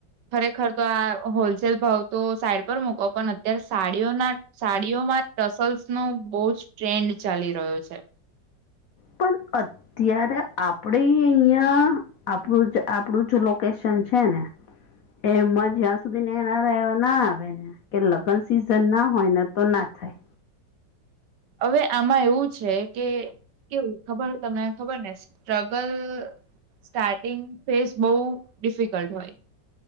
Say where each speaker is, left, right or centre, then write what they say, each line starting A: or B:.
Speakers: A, on the right; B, on the left.
A: ખરેખર તો, આ હોલસેલ ભાવ તો સાઈડ પર મૂકો, પણ અત્યારે સાડીઓના સાડીઓમાં ટસલ્સ નો બહુ જ ટ્રેન્ડ ચાલી રહ્યો છે.
B: પણ અત્યારે આપડે અહીં આપણું જ આપણું જ લોકેશન છે ને. એમ જ્યાં સુધી ને, એનારા એ ના આવે ને. કે લગ્ન સિઝન ના હોય ને, તો ના થાય.
A: હવે, આમાં એવું છે કે એવું ખબર તમને ખબર ને સ્ટ્રગલ સ્ટાર્ટિંગ ફેસ, બહુ ડિફિકલ્ટ હોય.